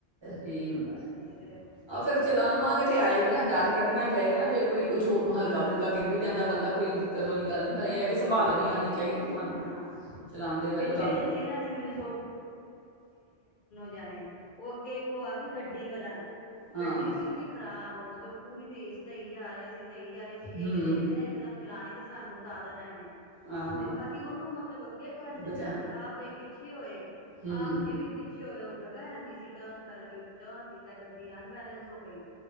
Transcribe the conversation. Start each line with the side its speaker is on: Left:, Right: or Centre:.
Right: ਏਈ ਹੁੰਦਾ
Left: ਫਿਰ ਐਕਸਪੀਰੀਅੰਸ
Right: ਆਹ ਫੇਰ ਚਲਾਵਾਂਗੇ
Left: ਨਾਲ
Right: ਤੇ
Left: ਹਾਂ।
Right: ਆਏਗੀ ਨਾ ਡਰ ਕੱਢਣਾ ਈ ਪਏਗਾ
Left: ਹਾਂਜੀ,
Right: ਨਾ ਫੇ ਏਕ ਵਾਰੀ ਕੁਛ ਹੋ ਹਲਕਾ
Left: ਹਾਂਜੀ,
Right: ਫੁਲਕਾ ਗਿਰ ਵੀ
Left: ਹਾਂ,
Right: ਜਾਂਦਾ ਬੰਦਾ ਕੋਈ ਦਿੱਕਤ ਵਾਲੀ ਗੱਲ ਨੀ, ਪ ਏ
Left: ਹਾਂਜੀ।
Right: ਆ ਕਿ ਸੰਭਾਲਨੀ ਆਨੀ ਚਾਈਦੀ ਤੁਆਨੂੰ,
Left: ਹਾਂ,
Right: ਚਲਾਂਦੇ ਪਏ
Left: ਪਿੱਛੇ
Right: ਤਾਨੂੰ।
Left: ਜੇ ਤੇ ਇਹਨਾਂ ਨੇ ਮੈਨੂੰ ਜਾ ਨੇ, ਓ ਅੱਗੇ ਇੱਕ ਓ ਆ ਗਈ ਗੱਡੀ ਵਾਲਾ
Right: ਹਾਂ
Left: ਗੱਡੀ ਸੀ ਓਦੀ ਖਰਾਬ ਮਤ ਤ ਪੂਰੀ ਰੇਸ ਦਈ ਜਾ ਰੇਆ ਸੀ ਦਈ ਜਾ ਰੇ ਸੀ, ਇਹ
Right: ਹੂੰ
Left: ਕੈਂਦੇ ਏਨੇ ਨਾ ਇੱਕਦਮ ਚਲਾਨੀ ਤੇ ਸਾਨੂੰ ਉਡਾ ਦੇਨਾ ਐਨੇ
Right: ਹਾਂ
Left: ਤੇ ਅਹੀ ਓਨੂੰ ਮਤਲਬ ਅੱਗੇ ਕੱਢ ਦਿੱਤਾ
Right: ਬਚਾ
Left: ਤੇ ਆਪ ਅਹੀ ਪੀ ਛੇ ਹੋਏ
Right: ਹੂੰ
Left: ਆਪ ਜਿਵੇਂ ਪਿੱ <unintelligible> ਉਹ ਜਗ੍ਹਾ ਐਨੀ ਸੀ ਟਰਨ ਕਰਨ ਲਈ, ਟਰਨ ਕੀਤਾ ਗੱਡੀ ਅਨਬੈਲੈਂਸ ਹੋ ਗਈ